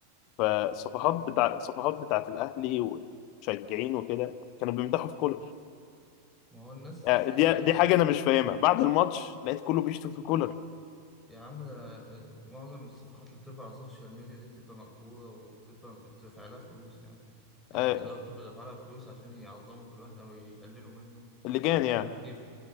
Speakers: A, on the left; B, in the centre.
A: فالصفحات
B: اه
A: بتاع الصفحات بتاعت الاهلي ومشجعين وكده كانوا بيمدحوا في كولر
B: ما هو الناس
A: آه، دي
B: آه،
A: دي حاجه انا مش فاهمها بعد الماتش لقيت كله بيشتم في كولر
B: يا عم ده آه، معظم الصفحات اللي بتبقى على السوشيال ميديا دي بتبقى مأجورة وبتبقى بتدفع لها فلوس يعني يعني
A: آه،
B: الإدارة بتبقى دافعة لها فلوس عشان يعظموا في الواحد أو يقللوا منه
A: اللجان
B: على حسب
A: يعني
B: الكيف